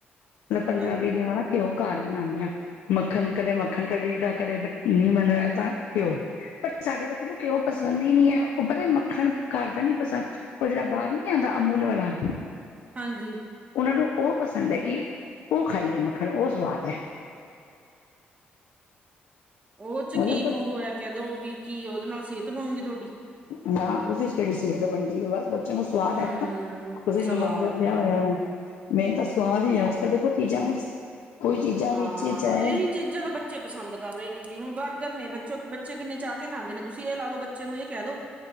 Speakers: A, on the left (about 80°); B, on the right (about 35°).
A: ਮਤਲਬ ਪੰਦਰਾਂ
B: ਹਾਂਜੀ
A: ਵੀਹ ਦਿਨਾਂ ਬਾਅਦ ਘਿਓ। ਘਰ ਬਣਾਉਂਦੇ ਹਾਂ ਮੱਖਣ ਕਦੇ ਮੱਖਣ ਕੱਢ ਲਿਤਾ ਤਾਂ ਕਦੇ ਨਹੀਂ ਮਨ ਕੀਤਾ ਘਿਓ। ਪਰ ਸਾਡੇ ਬੱਚੇ ਨੂੰ ਘਿਓ ਪਸੰਦ ਹੀ ਨਹੀਂ ਹੈ। ਉਹ ਪਤਾ ਮੱਖਣ ਕਰਦਾ ਨੀ ਪਸੰਦ। ਉਹ ਜਿਹੜਾ ਬਾਹਰ ਨੀ ਆਉਂਦਾ ਅਮੂਲ ਵਾਲਾ।
B: ਹਾਂਜੀ
A: ਉਹਨਾਂ ਨੂੰ ਉਹ ਪਸੰਦ ਹੈ ਕਿ ਉਹ ਖਾਈਏ ਮੱਖਣ ਉਹ ਸਵਾਦ ਹੈ।
B: ਉਹ ਚ
A: ਮਤਲਬ
B: ਕੀ ਹੋਇਆ ਕਹਿ ਦੋ ਵੀ ਕੀ ਉਹਦੇ ਨਾਲ ਸਿਹਤ ਬਣੂਗੀ ਤੁਹਾਡੀ।
A: ਨਾ ਉਹਦੇ ਕਿਹੜੀ ਸਿਹਤ ਬਣਦੀ ਹੈ। ਬਸ ਬੱਚਿਆਂ ਨੂੰ ਸਵਾਦ
B: ਹਮ
A: ਹੈ। ਨਾ ਉਸ ਵਿੱਚ
B: ਸਵਾਦ
A: ਨਮਕ
B: ਹੈ
A: ਪਿਆ ਹੋਇਆ। ਮੇਨ ਤਾਂ ਸਵਾਦ ਹੀ ਆ ਅੱਜ ਕੱਲ ਦੇਖੋ ਚੀਜ਼ਾਂ ਵਿੱਚ ਕੋਈ ਚੀਜ਼ਾਂ
B: ਹਾਂ
A: ਵਿੱਚ ਚਾਹੇ।
B: ਇਹੀ ਚੀਜ਼ਾਂ ਤਾਂ ਬੱਚੇ ਪਸੰਦ ਕਰ ਰਹੇ ਨੇ ਜੀ। ਹੁਣ ਬਰਗਰ ਨੇ ਬੱਚੇ ਕਿੰਨੇ ਚਾਹ ਕੇ ਖਾਂਦੇ ਨੇ। ਤੁਸੀਂ ਇਹ ਲਾ ਲਉ ਬ ਬੱਚੇ ਨੂੰ ਇਹ ਕਹਿ ਦੋ